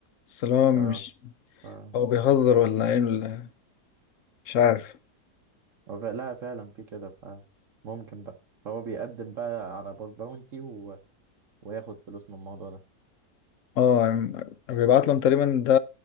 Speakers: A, on the left; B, on the right.
A: بس اللي هو مش
B: اه اه
A: هو بيهزر ولا ايه ال- مش عارف
B: أو ف... لا فعلا في كده ف ممكن بقى فهو بيقدم بقى على باج باونتي و... وياخد فلوس من الموضوع ده
A: اه عم- بيبعت لهم تقريبا ده